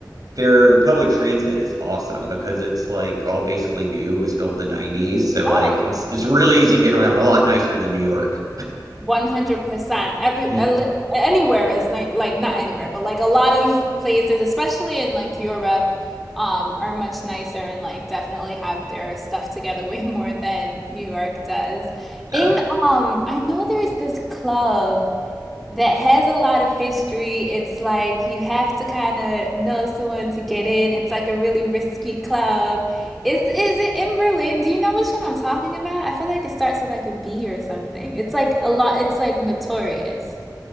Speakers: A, on the right; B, in the centre.
A: Their public transit is awesome because it's like all basically new, It was built in the 90s. So
B: Oh,
A: like it's it's really easy to get around, a lot nicer than New York.
B: 100%. Every
A: <laughs>
B: a li- anywhere is ni like not anywhere, but like a lot of places, especially in like Europe, um, are much nicer and like definitely have their stuff together <laughs> way more than New York does.
A: Yeah.
B: In um, I know there's this club. that has a lot of history. It's like you have to kind of know someone to get in. It's like a really risky club. Is is it in Berlin? Do you know which one I'm talking about? I feel like it starts with like a B or something. It's like a lot, it's like notorious.